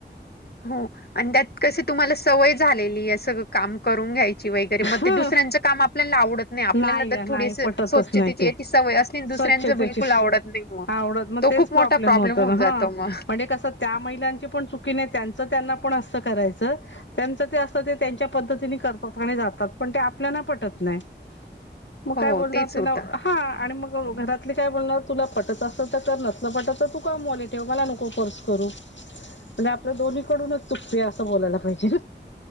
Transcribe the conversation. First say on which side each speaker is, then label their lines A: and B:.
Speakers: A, on the left (about 60°); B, on the left (about 85°).
A: हो आणि त्यात कशी तुम्हाला सवय झालेली या सग काम करून घ्यायची व्हय. म
B: ह
A: ते दुसऱ्यांच काम आपल्याला आवडत आणि आपल्याला
B: नाही
A: जर
B: ग
A: थोडी
B: नाही
A: स्वच्छतेची
B: पटतच नाही ते.
A: याची सवय असली आणि
B: स्वच्छतेची
A: दुसऱ्यांच बिलकुल आवडत नाहीत मग.
B: आवडत मग
A: तो
B: तेच
A: खूप मोठा प्रॉब्लेम
B: होतं
A: होऊन
B: ना
A: जातो
B: हा
A: मग
B: म्हणजे कसं त्या महीलंची पण चुकी नाय तेचं त्यांना पण असत करायचं तेचं ते असत ते तेंच्य पद्धतीने करत अ जातात पण ते आपल्याला पटत नाही मग
A: हो
B: काय बोलत
A: तेच होता
B: हा आणि मग हो घरातली काय बोलणार तुला पटत असल तर कर नसलं पटत तर तू कामवली ठेव मला नको फोर्स करू म्हणजे आपल्या दोन्हीकडूनच चूप असं बोलायला पाहिजे ना